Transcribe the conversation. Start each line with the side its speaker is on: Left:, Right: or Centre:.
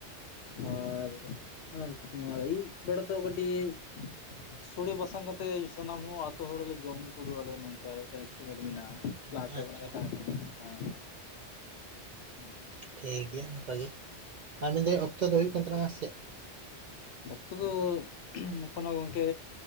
Left: ᱟᱨ ᱟᱹᱭᱩᱵ ᱵᱮᱲᱟ ᱫᱚ ᱠᱟᱹᱴᱤᱡ ᱥᱚᱲᱮ ᱵᱟᱥᱟᱝ ᱠᱟᱛᱮᱫ ᱥᱟᱱᱟᱢ ᱦᱚᱸ ᱟᱹᱛᱩ ᱦᱚᱲᱞᱮ ᱡᱚᱢ ᱯᱩᱨᱟᱹᱜ ᱟᱞᱮ ᱱᱚᱝᱠᱟ ᱢᱤᱫᱴᱮᱡ ᱮᱥᱴᱤᱢᱮᱴ ᱢᱮᱱᱟᱜᱼᱟ ᱞᱟᱦᱟᱛᱮ
Right: ᱟᱪᱪᱷᱟ
Left: ᱠᱷᱚᱱᱟᱜ ᱜᱮ ᱛᱟᱦᱮᱸᱟᱸ ᱠᱟᱱᱟ ᱦᱮᱸ
Right: ᱴᱷᱤᱠᱜᱮᱭᱟ ᱚᱱᱠᱟᱜᱮ ᱟᱨ ᱢᱮᱱᱫᱟᱹᱧ ᱚᱠᱛᱚ ᱫᱚ ᱦᱩᱭᱩᱜ ᱠᱟᱱ ᱛᱟᱞᱟᱝᱟ ᱥᱮ
Left: ᱚᱠᱛᱚ ᱫᱚ ᱮᱠᱷᱚᱱᱳ ᱜᱚᱢᱠᱮ